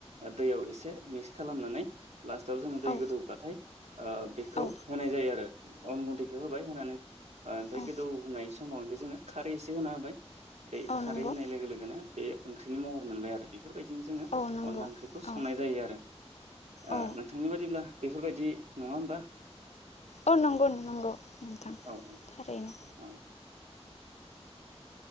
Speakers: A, on the right (about 80°); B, on the left (about 80°).
A: ओ दै एसे एसे मिक्स खालामनानै। लास्टाव जोङो दै
B: औ
A: गोदौब्लाथाय ओ बेखौ
B: औ
A: होनाय जायो आरो अन गुन्दैखौ होबाय होनानै ओ ओमफ्राय
B: औ
A: गोदौनाय सम समाव बे जोङो खारै एसे होना होबाय। बै
B: औ
A: खारै
B: नंगौ
A: होनाय लोगो लोगोनो बे ओंख्रिनि महर मोनबाय आरो बेफोर बेबायदिनो जोङो
B: औ नंगौ
A: अनला ओंख्रिखौ संनाय
B: औ
A: जायो आरो ओ
B: औ
A: नोंथांनि बादिब्ला बेफोरबायदि नङा होमबा?
B: औ नंगौ नंगौ नोंथां
A: औ औ
B: थारैनो
A: औ।